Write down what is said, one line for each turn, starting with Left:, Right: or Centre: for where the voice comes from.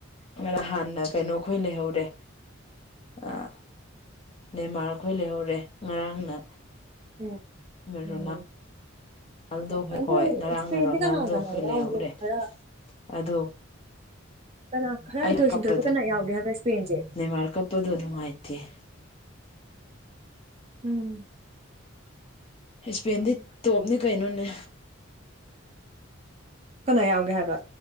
Left: ꯈꯔ ꯍꯥꯟꯅ ꯀꯩꯅꯣꯈꯣꯏ ꯂꯩꯍꯧꯔꯦ ꯑꯥ ꯅꯦꯃꯥꯔ ꯈꯣꯏ ꯂꯩꯍꯧꯔꯦ ꯉꯔꯥꯡꯅ
Right: ꯎꯝ ꯎꯝ
Left: ꯔꯣꯅꯥꯜ ꯗꯣ
Right: ꯑꯗꯨ
Left: ꯍꯣꯏ ꯉꯔꯥꯡꯅ
Right: ꯏꯁꯄꯦꯟꯁꯦ
Left: ꯔꯣꯅꯥꯜꯗꯣ
Right: ꯀꯅꯥ ꯀꯅꯥ
Left: ꯈꯣꯏ
Right: ꯌꯥꯎꯒꯦꯕ
Left: ꯂꯩꯍꯧꯔꯦ
Right: ꯈꯔ
Left: ꯑꯗꯣ
Right: ꯀꯅꯥ ꯈꯔ
Left: ꯑꯩ
Right: ꯍꯩꯊꯣꯏ
Left: ꯀꯞꯄꯗꯨ
Right: ꯁꯤꯡꯊꯣꯏꯕ ꯀꯅꯥ ꯌꯥꯎꯒꯦ ꯍꯥꯏꯕ ꯏꯁꯄꯦꯟꯁꯦ
Left: ꯅꯦꯔꯃꯥ ꯀꯞꯄꯗꯣ ꯅꯨꯡꯉꯥꯢꯇꯦ INAUDIBLE
Right: ꯎꯪꯎꯪ
Left: ꯏꯁꯄꯦꯟꯗꯤ ꯇꯣꯞ ꯅꯤ ꯀꯩꯅꯣꯅꯦ
Right: ꯀꯥꯅ ꯌꯥꯎꯒꯦ ꯍꯥꯏꯕ